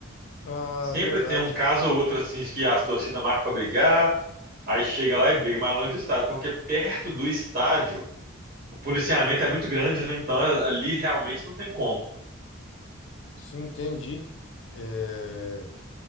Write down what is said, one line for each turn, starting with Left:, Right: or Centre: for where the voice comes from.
Left: Ah,
Right: Sempre
Left: verdade.
Right: tem um caso ou outro assim de que as torcidas marcam pra brigar, aí chega lá e briga, mas longe do estádio, porque perto do estádio o policiamento é muito grande, né? Então ali realmente não tem como.
Left: Sim, entendi. É...